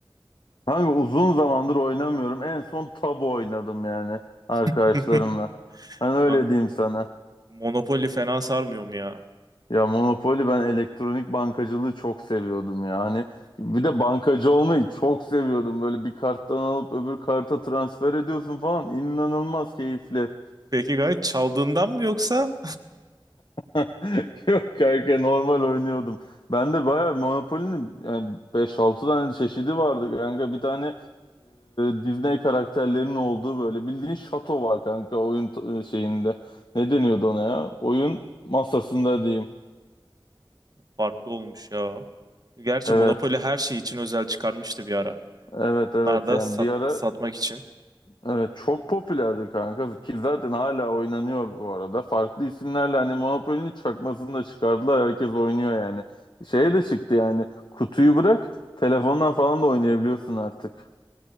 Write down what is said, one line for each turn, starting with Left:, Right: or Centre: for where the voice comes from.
Left: Hangi uzun zamandır oynamıyorum. En son tabu oynadım yani arkadaşlarımla.
Right: <laughs>
Left: Hani öyle
Right: Abi,
Left: diyeyim sana.
Right: Monopoly fena sarmıyor mu ya?
Left: Ya Monopoly ben elektronik bankacılığı çok seviyordum ya. Hani bir de bankacı olmayı çok seviyordum. Böyle bir karttan alıp öbür karta transfer ediyorsun falan. İnanılmaz keyifli.
Right: Peki gayet çaldığından mı yoksa?
Left: <laughs> Yok kanka normal oynuyordum. Ben de bayağı Monopoly'nin yani beş altı tane çeşidi vardı kanka. Bir tane e, Disney karakterlerinin olduğu böyle bildiğin şato var kanka oyun t- e, şeyinde. Ne deniyordu ona ya? Oyun masasında diyeyim.
Right: Farklı olmuş ya. Gerçi
Left: Evet,
Right: Monopoly her şey için özel çıkarmıştı bir ara.
Left: evet, evet
Right: Onlar da
Left: yani
Right: sat-
Left: bir ara
Right: satmak için.
Left: Evet çok popülerdi kanka ki zaten hala oynanıyor bu arada. Farklı isimlerle hani Monopoly'nin çakmasını da çıkardılar. Herkes oynuyor yani. Şeye de çıktı yani. Kutuyu bırak telefondan falan da oynayabiliyorsun artık.